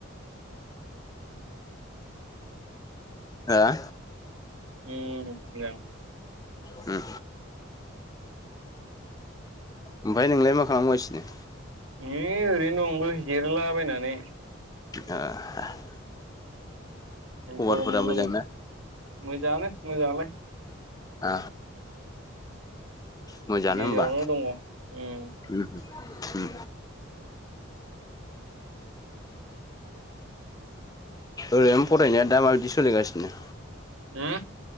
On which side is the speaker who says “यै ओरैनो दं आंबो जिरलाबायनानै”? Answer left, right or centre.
Right